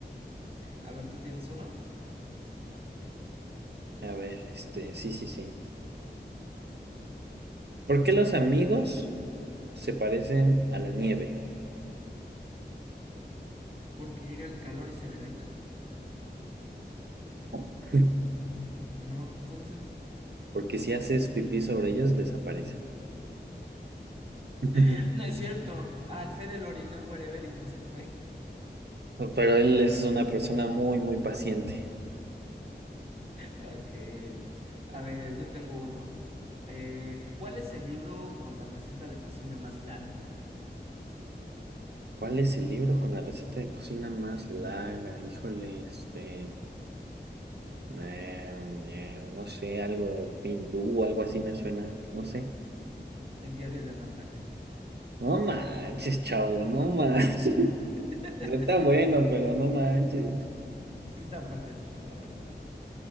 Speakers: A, on the right (about 30°); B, on the right (about 65°).
A: A ver, ¿tú tienes uno?
B: A ver, este, sí, sí, sí. ¿Por qué los amigos se parecen a la nieve?
A: Porque llega el calor y se derrita.
B: <laughs>
A: No, entonces...
B: Porque si haces pipí sobre ellos, desaparecen. <laughs>
A: <laughs> No es cierto. Al Fede lo orinó el wherever y no se fue.
B: Pero él es una persona muy, muy paciente.
A: Ok. A ver, yo tengo uno. Eh, ¿cuál es el libro con la receta de cocina más larga?
B: ¿Cuál es el libro con la receta de cocina más larga? Híjole, este, em, em, no sé, algo hindú, algo así me suena, no sé.
A: El diario de Ana Frank.
B: No manches, chavo, no manches. <laughs>
A: <laughs>
B: Está bueno, pero no manches. <laughs>
A: Sí está fuertecito, la verdad.